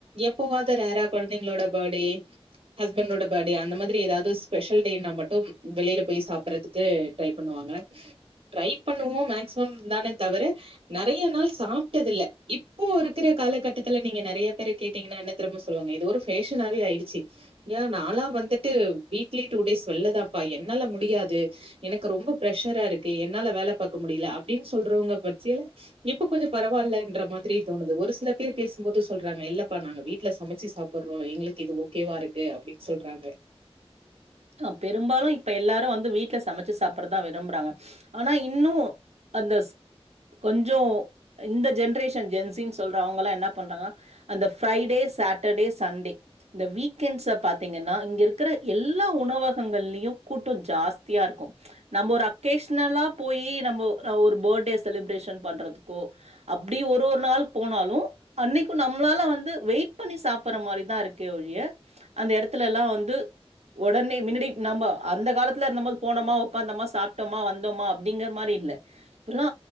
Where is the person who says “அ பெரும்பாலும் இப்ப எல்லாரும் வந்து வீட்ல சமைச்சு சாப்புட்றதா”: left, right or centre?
Right